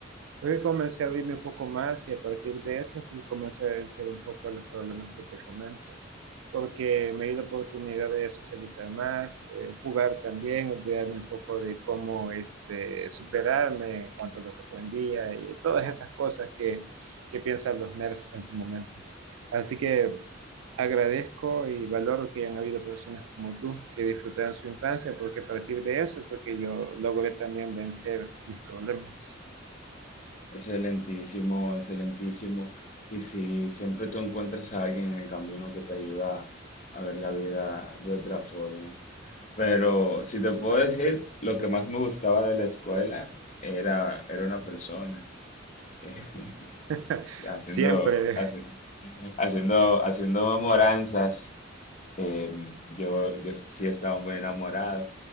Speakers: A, on the right; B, on the left.
A: Porque comencé a abrirme un poco más y a partir de eso fui, comencé a vencer un poco los problemas que te comento. Porque me di la oportunidad de socializar más, eh, jugar también, olvidarme un poco de cómo este, superarme en cuanto a lo que aprendía y todas esas cosas que, que piensan los nerds en su momento. Así que agradezco y valoro que hayan habido personas como tú que disfrutaron su infancia, porque a partir de eso fue que yo logré también vencer mis problemas.
B: Excelentísimo, excelentísimo. Y si siempre tú encuentras a alguien en el camino que te ayuda a ver la vida de otra forma. Pero si te puedo decir, lo que más me gustaba de la escuela era, era una persona. <laughs>
A: <laughs>
B: Haciendo,
A: Siempre,
B: haci- Haciendo, haciendo memoranzas, eh, yo, yo sí estaba muy enamorado